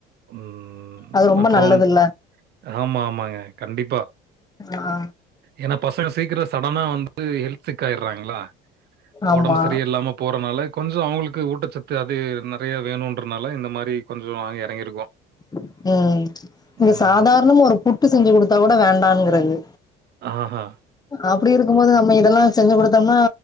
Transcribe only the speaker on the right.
ம்.
அப்புறம்
ஆமா ஆமாங்க கண்டிப்பா
ஏனா பசங்க சீக்கரோ சடான வந்து ஹெல்த்துசிக் ஆயிடுறாங்காள
ஒடம்பு சரி இல்லாமப் போறனால கொஞ்சோ அவ்ங்களுக்கு ஊட்டச்சத்து அது நெறைய வேணுன்றனால இந்த மாரி கொஞ்சம் நாங்க இறங்கியிருக்கோம்.
ம்.
ஆஹ.